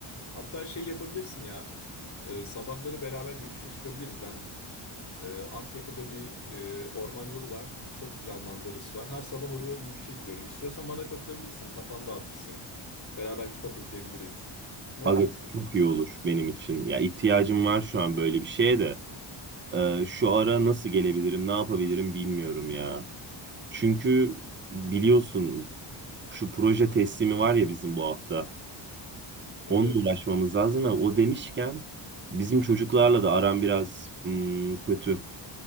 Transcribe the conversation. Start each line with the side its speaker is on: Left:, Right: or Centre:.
Left: Hatta şey yapabilirsin ya. e, sabahları beraber yürüyüşe çıkabiliriz. Ben e, Akyaka'da bir e, orman yolu var. Çok güzel manzarası var. Her sabah oraya yürüyüşe gidiyorum. İstiyorsan bana katılabilirsin. Kafanı dağıtırsın. Beraber kitap okuyabiliriz. Ne
Right: Aga
Left: dersin?
Right: çok iyi olur benim için. Ya ihtiyacım var şu an böyle bir şeye de. Ee, şu ara nasıl gelebilirim, ne yapabilirim bilmiyorum ya. Çünkü biliyorsun şu proje teslimi var ya bizim bu hafta.
Left: Evet.
Right: Onunla uğraşmamız lazım ama o demişken bizim çocuklarla da aram biraz hmm, kötü.